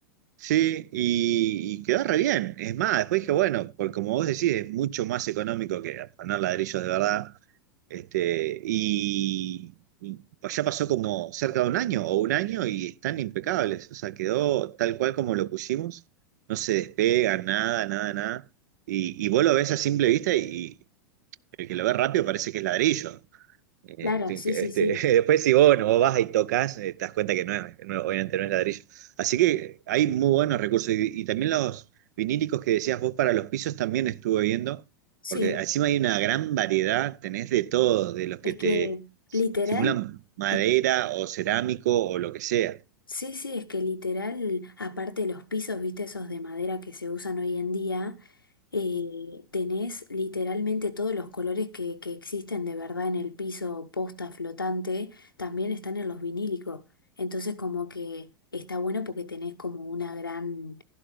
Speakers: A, on the right; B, on the left.
A: Sí, y, y quedó re bien. Es más, después dije, bueno, porque como vos decís, es mucho más económico que afanar ladrillos de verdad. Este, y, y ya pasó como cerca de un año o un año y están impecables. O sea, quedó tal cual como lo pusimos. No se despega, nada, nada, nada. Y, y vos lo ves a simple vista y, y el que lo ve rápido parece que es ladrillo. Eh,
B: Claro,
A: ti-
B: sí,
A: que,
B: sí,
A: este,
B: sí.
A: <laughs> después si vos, no vos vas y tocas, eh, te das cuenta que no es, no- obviamente no es ladrillo. Así que hay muy buenos recursos. Y, y también los vinílicos que decías vos para los pisos también estuve viendo,
B: Sí,
A: porque encima hay una gran variedad, tenés de todos, de los que
B: es
A: te
B: que literal,
A: simulan madera
B: li-
A: o cerámico o lo que sea.
B: sí, sí, es que literal, aparte de los pisos, viste, esos de madera que se usan hoy en día. eh, tenés literalmente todos los colores que, que existen de verdad en el piso, posta, flotante, también están en los vinílicos. Entonces como que está bueno porque tenés como una gran